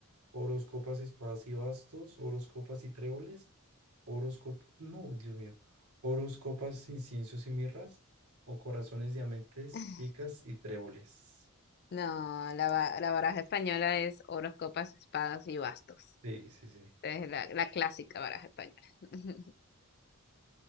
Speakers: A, on the right; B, on the left.
A: Oros, copas, espadas y bastos, oros, copas y tréboles, oros, cop- no, Dios mío, oros, copas, inciensos y mirras, o corazones, diamantes,
B: <laughs>
A: picas y tréboles.
B: No, la, ba- la baraja española es oros, copas, espadas y bastos.
A: Sí, sí, sí.
B: Es la, la clásica baraja española. <laughs>